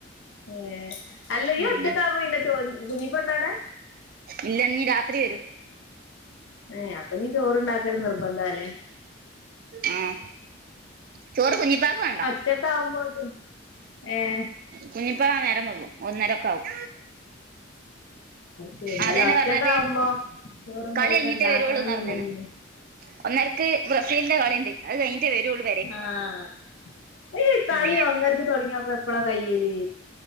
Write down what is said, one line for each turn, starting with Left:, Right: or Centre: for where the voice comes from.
Left: ഏ അല്ല ഈ
Right: ഉം
Left: ഒറ്റക്കാവുമ്പോ പിന്നെ ചോ കുഞ്ഞിപെണ്ണ് എവിടെ.
Right: ഇല്ല ഇനി രാത്രി വരും.
Left: ഏയ് അപ്പൊനീ ചോറുണ്ടാക്കൽ നിർബന്ധല്ലേ.
Right: ആഹാ ചോറ് കുഞ്ഞിപ്പാക്ക് വേണ്ട.
Left: <unintelligible> ഏഹ്ഹ്.
Right: കുഞ്ഞിപ്പ നേരം പോവും ഒന്നരൊക്കെ ആവും.
Left: ശരി
Right: അതന്നെ
Left: അല്ല ഒറ്റക്കാവുമ്പോ
Right: പറഞ്ഞത്
Left: ചോറും
Right: കളി
Left: കറിയൊക്കെ
Right: കഴഞ്ഞിട്ടേ
Left: ഉണ്ടാക്കണംന്നുണ്ടെങ്കില്
Right: വരുള്ളൂന്ന് പറഞ്ഞാണ്. ഒന്നരക്ക് ബ്രസീലിന്റെ കളിണ്ട് അത് കഴിഞ്ഞിട്ടേ വരൂള്ളൂ.
Left: ആഹ ഈ കളി
Right: ഉം
Left: ഒന്നരക്ക് തുടങ്ങിയപ്പ എപ്പളാ കഴിയല്.